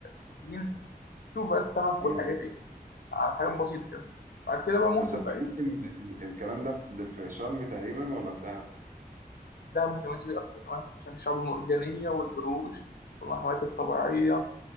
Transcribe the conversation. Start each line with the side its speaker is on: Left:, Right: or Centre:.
Left: سين تشوف بقى السمك
Right: مم.
Left: والحاجات دي على حاجات بسيطة كده بعد كده بقى ممكن
Right: بس أنا
Left: بقى
Right: بحس
Left: ايه
Right: إن ال- الكلام ده في ده في شرم تقريبا ولا في دهب؟
Left: ده متميز بيه أكتر كمان عشان الشعب المرجانية والقروش والمحميات الطبيعية